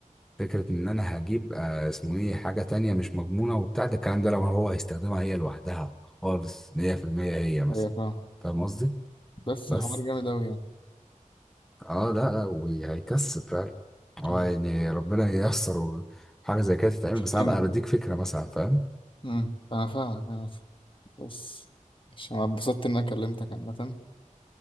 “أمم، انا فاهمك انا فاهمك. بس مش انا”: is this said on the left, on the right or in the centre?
Left